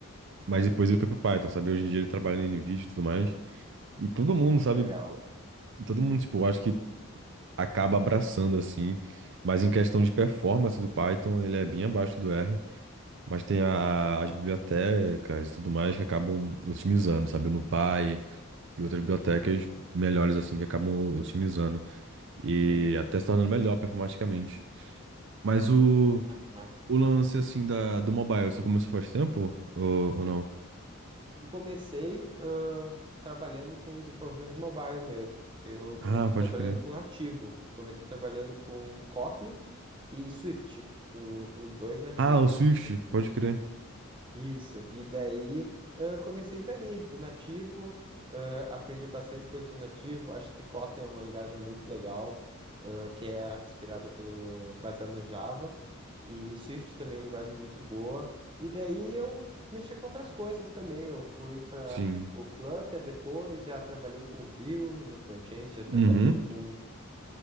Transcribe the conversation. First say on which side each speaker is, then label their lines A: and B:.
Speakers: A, on the right; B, on the right.
A: mas depois ele foi pro Python, sabe? Hoje em dia ele trabalha na NVIDIA e tudo mais. E todo mundo,
B: Muito
A: sabe?
B: legal.
A: Todo mundo, tipo, eu acho que acaba abraçando, assim. Mas em questão de performance do Python, ele é bem abaixo do R. Mas tem a- as bibliotecas e tudo mais que acabam otimizando, sabe? O NumPy e outras bibliotecas melhores, assim, que acabam otimizando. E
B: Sim.
A: até se tornando melhor performaticamente. Mas o,
B: Ah, mas,
A: o lance, assim, da, do mobile, você começou faz tempo? Ou, ou não?
B: Eu comecei ah, trabalhando com desenvolvimento mobile mesmo. Eu comecei
A: Ah, pode
B: trabalhando
A: crer.
B: com nativo, comecei trabalhando com Kotlin e Swift, o- os dois nativos.
A: Ah, o Swift, pode crer.
B: Isso. E daí ah, comecei dali, do nativo, ah, aprendi bastante coisa do nativo. Acho que Kotlin é uma linguagem muito legal, ah, que é inspirada pelo, baseada no Java. E Swift também, linguagem muito boa. E daí eu mexi com outras coisas também. Eu fui para
A: Sim.
B: o Flutter depois, já trabalhei com Vue no front-end, já trabalhei
A: Uhum.
B: com